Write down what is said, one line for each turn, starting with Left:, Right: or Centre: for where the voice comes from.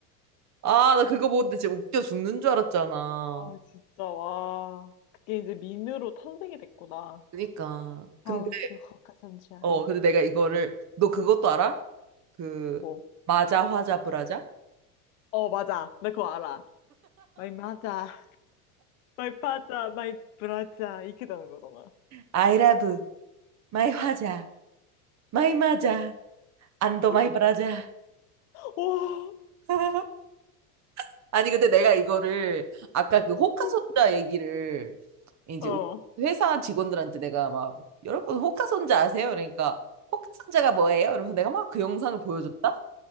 Right: 아 나 그거 보는데 진짜 웃겨 죽는 줄 알았잖아
Left: 아, 진짜, 와. 그게 이제 밈으로 탄생이 됐구나.
Right: 그니까 근데
Left: How would you hook a 선지야?
Right: 어 근데 내가 이거를 너 그것도 알아? 그
Left: 뭐.
Right: 마자 화자 브라자
Left: 어, 맞아. 나 그거 알아. My mother, my father, my brother. 이렇게 되는 거잖아.
Right: 아이라브 마이 화자, 마이 마자, 안도
Left: <laughs>
Right: 마이 브라자.
Left: 와,
Right: <laughs> 아니, 근데 내가 이거를 아까 그 호카손자
Left: 진-
Right: 얘기를 이제
Left: 어,
Right: 우리 회사 직원들한테 내가 막 여러분 호카손자 아세요? 그러니까 호카손자가 뭐예요? 이러면서 내가 막 그 영상을 보여줬다.